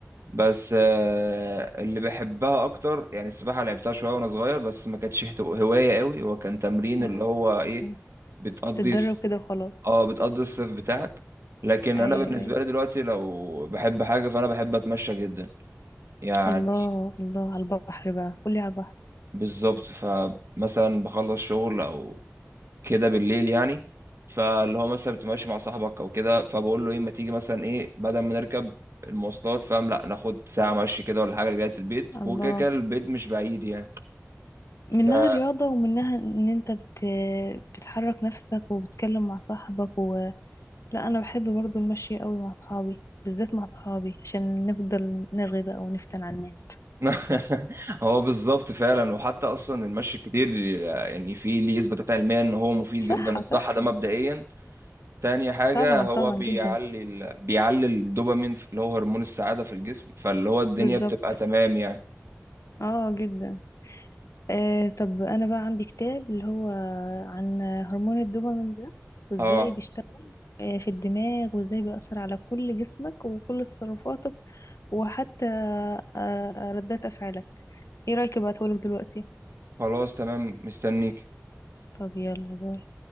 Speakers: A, on the right; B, on the left.
A: بس آه، اللي بحبها اكتر يعني السباحه لعبتها شويه وانا صغير بس ما كانتش هت- هوايه قوي هو كان تمرين
B: <laughs>
A: اللي هو ايه بتقضي
B: تتدرب
A: الس-
B: كده وخلاص
A: اه بتقضي الصيف بتاعك لكن
B: ايوه
A: انا بالنسبه
B: ايوه
A: لي دلوقتي لو بحب حاجه فانا بحب اتمشى جدا يعني
B: الله الله على البحر بقى قولي على البحر
A: بالظبط فمثلا بخلص شغل او كده بالليل يعني فاللي هو مثلا بتبقى ماشي مع صاحبك او كده فبقول له ايه ما تيجي مثلا ايه بدل ما نركب المواصلات فاهم لا ناخد ساعة مشي كده ولا حاجة لغاية البيت
B: الله
A: وكده كده البيت مش بعيد يعني
B: منها
A: ف-
B: رياضة ومنها ان انت بت... بتحرك نفسك وبتتكلم مع صاحبك و... لا انا بحب برضو المشي قوي مع صحابي بالذات مع صحابي عشان نفضل نرغي بقى ونفتن على الناس
A: <laughs> هو بالظبط فعلا وحتى اصلا المشي الكتير يعني في ليه اثباتات علميه ان هو مفيد
B: صحة
A: جدا للصحه
B: صحة
A: ده مبدئيا تاني حاجه
B: طبعا
A: هو
B: طبعا
A: بيعلي
B: جدا
A: ال... بيعلي الدوبامين في- اللي هو هرمون السعاده في الجسم فاللي هو الدنيا
B: بالظبط
A: بتبقى تمام يعني
B: اه جدا آه طب انا بقى عندي كتاب اللي هو عن هرمون الدوبامين ده وازاي
A: اه
B: بيشتغل آه في الدماغ وازاي بيأثر على كل جسمك وكل تصرفاتك وحتى آه ردات افعالك ايه رأيك ابعتهولك دلوقتي
A: خلاص تمام مستنيك
B: طب يلا باي